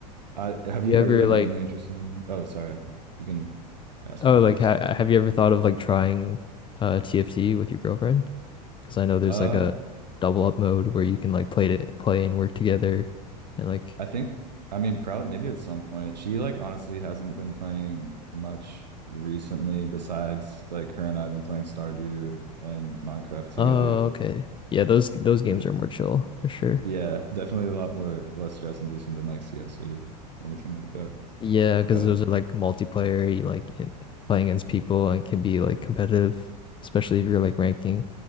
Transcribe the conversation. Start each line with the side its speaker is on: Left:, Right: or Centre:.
Right: I have you
Left: You ever
Right: are you like
Left: like
Right: mainly interested in? Oh, sorry, you can ask
Left: oh
Right: you first.
Left: like ha have you ever thought of like trying uh TFT with your girlfriend? Because I know there's
Right: Uh,
Left: like a double up mode where you can like play to play and work together and like
Right: I think I mean probably maybe at some point she like honestly hasn't been playing much recently besides like her and I've been playing Stardew and Minecraft together.
Left: oh okay. Yeah, those those games
Right: But
Left: are more chill for sure.
Right: yeah, definitely a lot more less stress inducing than like CS or anything like that.
Left: Yeah, because
Right: But
Left: those are like multiplayer, you like in, playing against people and can be like competitive, especially if you're like ranking,